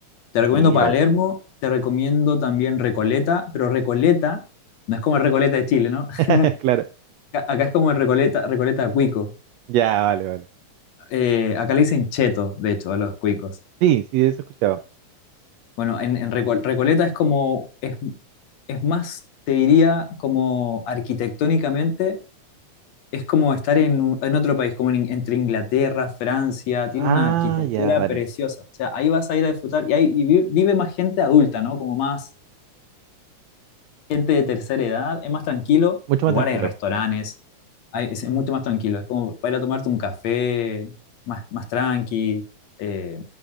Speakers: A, on the left; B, on the right.
A: Te recomiendo
B: Mira,
A: Palermo, te recomiendo también Recoleta, pero Recoleta no es como el Recoleta de Chile, ¿no?
B: <laughs>
A: <laughs>
B: claro.
A: Acá, acá es como el Recoleta, Recoleta Cuico.
B: Ya, vale, vale.
A: Eh, acá le dicen cheto, de hecho, a los cuicos.
B: Sí, sí, eso he escuchado.
A: Bueno, en, en Reco- Recoleta es como, es, es más, te diría, como arquitectónicamente es como estar en, un- en otro país, como en In- entre Inglaterra, Francia, tiene
B: Ah,
A: una arquitectura
B: ya, vale.
A: preciosa. O sea, ahí vas a ir a disfrutar y, ahí, y vi- vive más gente adulta, ¿no? Como más gente de tercera edad, es más tranquilo.
B: Mucho
A: Igual
B: más tranquilo.
A: hay restaurantes, hay- es, es mucho más tranquilo. Es como para ir a tomarte un café, más, más tranqui, eh,